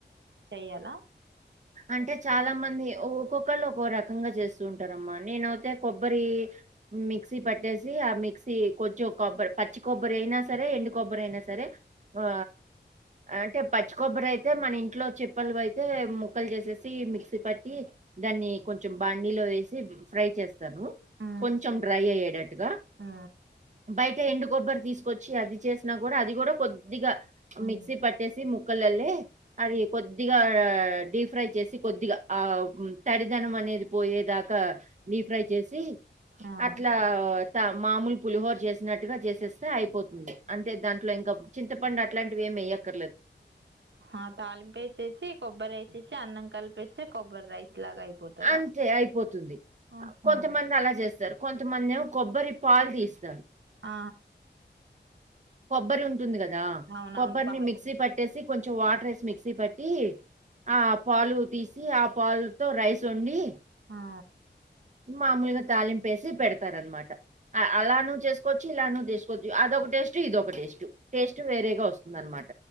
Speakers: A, on the right; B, on the right.
A: చెయ్యాల
B: అంటే చాలా మంది ఒక్కొక్కళ్ళు ఒకోరకంగా చేస్తూ ఉంటారమ్మా నేనవుతే కొబ్బరి మిక్సీ పట్టేసి ఆ మిక్సీ కొంచెం కొబ్బరి పచ్చి కొబ్బరి అయినా సరే ఎండు కొబ్బరయినా సరే సరే ఆ అంటే పచ్చి కొబ్బరయితే మన ఇంట్లో చెప్పల్వయితే ము క్కలు చేసేసి మిక్సీ పట్టి దాన్ని కొంచెం బాండిలో వేసి ఫ్రై చేస్ స్తాను
A: ఆ
B: కొంచెం డ్రై అయేడట్టుగ
A: ఆ
B: బయటే ఎండు కొబ్బరి తీసుకొచ్చి అది చేసినా కూడా అది కూడా కొద్దిగా
A: ఆ
B: మిక్సీ పట్టేసి ముక్కలల్లే అది కొద్దిగా డిఫ్ ఫ్రై చేసి కొద్దిగా ఆ తడిదనం అనేది పోయేదాకా డిఫ్రై చేసి
A: ఆ
B: అట్లా త మామూలు పులిహోర చేసినట్టుగా చేసేస్తే అయిపోతుంది అంటే దాంట్లో ఇంకా చింతపండు అట్లాంటివి ఏమి ఎయక్క
A: ఆ తాలింపు వేసేసి కొబ్బరేసేసి అన్నం కలిపేసి కొబ్బరి రైస్ లాగా అయిపోతదా
B: అంతే అయిపోతుంది
A: ఆహా
B: కొంతమంది అలా చేస్తారు కొంతమంది ఏమో కొబ్బరి పాలు తీస్తారు
A: ఆ
B: కొబ్బరి ఉంటుంది కదా
A: అవునవును
B: కొబ్బరిని
A: పాలు
B: మిక్సీ పట్టేసి కొంచెం వాటర్ వేసి మిక్సీ పట్టి ఆ పాలు తీసి ఆ పాలు తో రైస్ వండి
A: ఆ
B: మాములుగా తాలింపేసి పెడతారనమాట అలాను చేసుకోవచ్చు ఇలాను చేసుకోవచ్చు అదొకటే స్టు ఇదొక టేస్టు టేస్ట్ వేరేగా వస్తుందనమాట